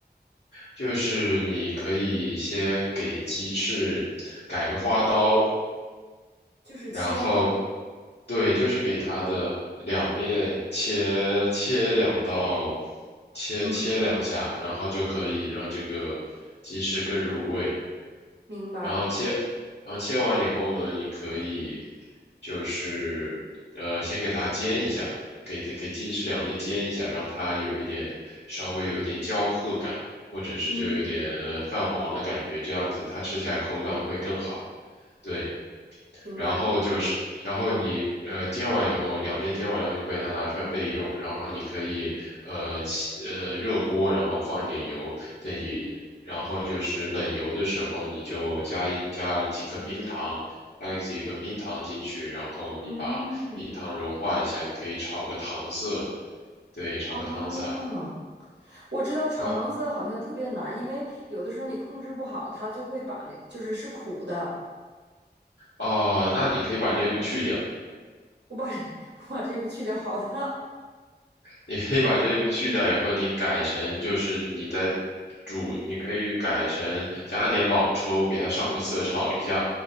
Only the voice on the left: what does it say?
就是你可以先给鸡翅改个花刀，
然后对，就是给它的两面切切两刀，切切两下，
然后就可以让这个鸡翅更入味。
然后切，然后切完以后呢，你可以就是呃先给它煎一下，给它给鸡翅两面煎一下，让它有一点稍微有一点焦褐感，或者是就有点呃泛黄的感觉，
这样子它吃起来口感会更好。对。
然后就是，然后你呃煎完以后，两面煎完以后，你把它拿出来备用。然后你可以呃起呃热锅，然后放一点油，等一，然后就是冷油的时候，你就加一加几颗冰糖，加几个冰糖进去，然后你把冰糖融化一下，
你可以炒个糖色，对，炒个糖色啊
啊
哦，那你可以把这一步去掉。
你可以把这一步去掉以后，你改成就是你在煮，你可以改成加一点老抽，给它上个色，炒一下，